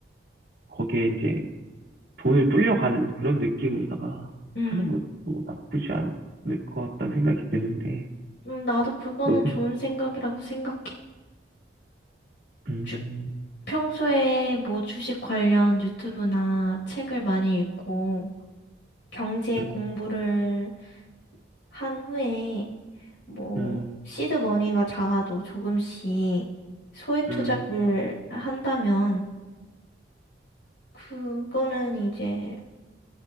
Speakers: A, on the right; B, on the left.
A: 거기에 이제 돈을 불려가는 그런 느낌으로다가
B: 응.
A: 하는 것도 나쁘지 않을 것 같다는 생각이 드는데,
B: 음, 나도 그거는
A: 너 생각,
B: 좋은 생각이라고 생각해.
A: 음,
B: 주, 평소에 뭐 주식 관련 유튜브나 책을 많이 읽고 경제
A: 음,
B: 공부를 한 후에 뭐
A: 음,
B: 시드 머니가 작아도 조금씩 소액 투자를
A: 음,
B: 한다면 그거는 이제